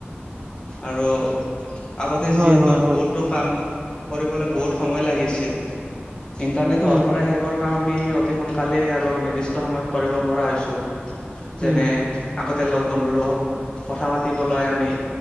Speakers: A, on the left; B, on the right.
A: আৰু আগতে
B: হয়
A: যিহেতু
B: হয় হয়
A: বহুতো কাম কৰিবলে বহুত সময় লাগিছিল ইন্টাৰনেট
B: উম
A: অহাৰ পৰা সেইবোৰ কাম আমি অতি সোনকালেই আৰু নিৰ্দিষ্ট সময়ত কৰিব পৰা হৈছো
B: উম
A: যেনে আগতে লগ বন্ধুৰ লগত কথা পাতিবলৈ আমি